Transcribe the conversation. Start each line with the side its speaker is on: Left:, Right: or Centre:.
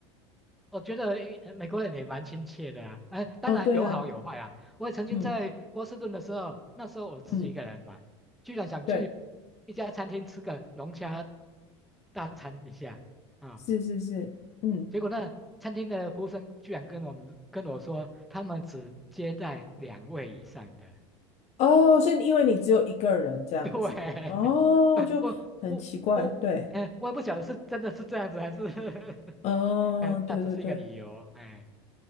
Centre: 我觉得呃美国人也蛮亲切的啊。哎，当然有好有坏啊。
Left: 哦，对啊，
Centre: 我也曾经在波士顿的时候，
Left: 嗯
Centre: 那时候我自己一个人嘛，
Left: 嗯，
Centre: 居然想去
Left: 对，
Centre: 一家餐厅吃个龙虾大餐一下啊。
Left: 是是是，嗯，
Centre: 结果那餐厅的服务生居然跟我们跟我说，他们只接待两位以上的。
Left: 哦，是因为你只有一个人这样子，
Centre: <laughs> 对，<laughs>
Left: 哦，就很奇怪，
Centre: 我我我，
Left: 对，
Centre: 哎，我也不晓得是真的是这样子还是 <laughs>
Left: 哦，
Centre: 哎，
Left: 对对对。
Centre: 那只是一个理由，哎，